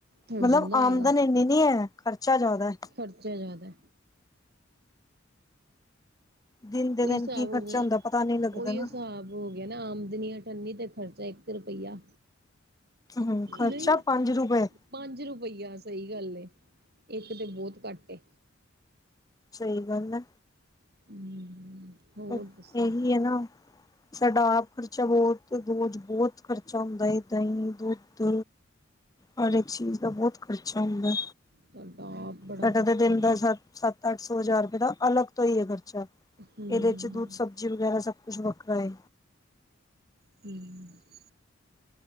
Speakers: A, on the right (about 55°); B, on the left (about 20°).
A: ਹੋ
B: ਮਤਲਬ
A: ਜਾਂਦਾ
B: ਆਮਦਨ
A: ਹੋਏਗਾ
B: ਇੰਨੀ ਨੀ ਹੈ ਖਰਚਾ ਜ਼ਿਆਦਾ ਹੈ
A: ਖਰਚਾ ਜ਼ਿਆਦਾ
B: ਦਿਨ ਦੇ
A: ਓਹੀ
B: ਦਿਨ
A: ਹਿਸਾਬ
B: ਕੀ ਖਰਚਾ
A: ਹੋ ਗਿਆ।
B: ਹੁੰਦਾ ਪਤਾ ਨਹੀਂ ਲੱਗਦਾ
A: ਓਹੀ
B: ਨਾ
A: ਹਿਸਾਬ ਹੋ ਗਿਆ ਨਾ ਆਮਦਨੀ ਆਠੰਨੀਤੇ ਖਰਚਾ ਇੱਕ ਰੁਪਈਆ
B: ਹੂੰ ਖਰਚਾ
A: ਨਹੀਂ
B: ਪੰਜ ਰੁਪਏ
A: ਪੰਜ ਰੁਪਈਆ ਸਹੀ ਗੱਲ ਏ ਇੱਕ ਤੇ ਬਹੁਤ ਘੱਟ ਏ।
B: ਸ਼ਹੀ ਗੱਲ ਐ।
A: <inaudible>
B: ਬਸ
A: ਦੱਸੋ
B: ਇਹੀ ਹੈ ਨਾ ਸਾਡਾ ਆਪ ਖਰਚਾ ਬਹੁਤ ਦੋਜ ਬਹੁਤ ਖਰਚਾ ਹੁੰਦਾ ਹੈ ਦਹੀਂ ਦੁੱਧ ਹਰ ਇੱਕ ਚੀਜ਼ ਦਾ ਬਹੁਤ ਖਰਚਾ ਹੁੰਦਾ।
A: ਸਾਡਾ ਆਪ ਬੜਾ
B: ਸਾਡਾ
A: ਖਰਚਾ
B: ਤਾਂ ਦਿਨ
A: ਏ
B: ਦਾ ਸੱ ਸੱਤ ਅੱਠ ਸੌ ਹਜ਼ਾਰ ਰੁਪਏ ਦਾ ਅਲੱਗ ਤੋਂ ਹੀ ਹੈ ਖਰਚਾ
A: ਹੂੰ
B: ਇਹਦੇ 'ਚ ਦੁਧ ਸਬਜ਼ੀ ਵਗੈਰਾ ਸਭ ਕੁਛ ਵੱਖਰਾ ਏ।
A: <inaudible>